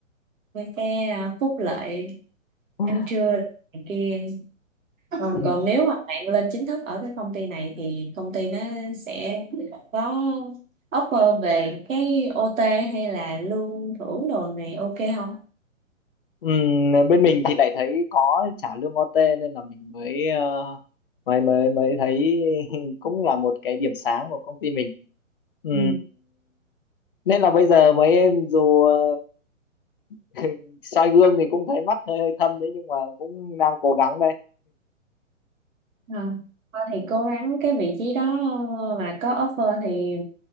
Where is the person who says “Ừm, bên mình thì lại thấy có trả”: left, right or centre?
Left